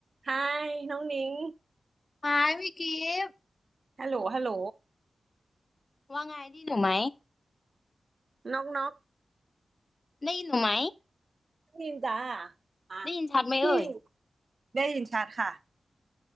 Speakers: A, on the right (about 50°); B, on the left (about 35°).
A: ไฮน้องนิ้ง
B: ไม้พี่กิฟต์
A: ฮัลโหลฮัลโหล
B: ว่าไงได้ยินหนูไหม
A: นอกนอก
B: ได้ยินหนูไหม
A: น้องนินจ้าอ่ะ
B: ได้ยินชัดไหมเอ่ย
A: พี่ได้ยินชัดค่ะ